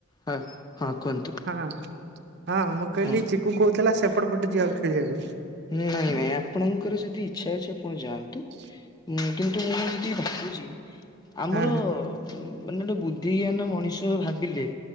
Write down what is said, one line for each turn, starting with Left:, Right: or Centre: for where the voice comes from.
Left: ହଁ ହଁ କୁହନ୍ତୁ।
Right: ହଁ ହଁ ମୁଁ କହିଲି
Left: ହଁ।
Right: ଚିକୁ କହୁଥିଲା ସେପଟ ପଟେ ଯିବାକୁ ଖେଳିବାକୁ?
Left: ନାଇଁ ନାଇଁ ଆପଣଙ୍କର ଯଦି ଇଚ୍ଛା ଅଛି ଆପଣ ଯାଆନ୍ତୁ।
Right: ହୁଁ।
Left: <unintelligible> କିନ୍ତୁ ମୁଁ ଯଦି ଭାବୁଛି ଆମର
Right: ହଁ
Left: ମାନେ ଗୋଟେ ବୁଦ୍ଧି ଜ୍ଞାନ ମଣିଷ ଭାବିଲେ।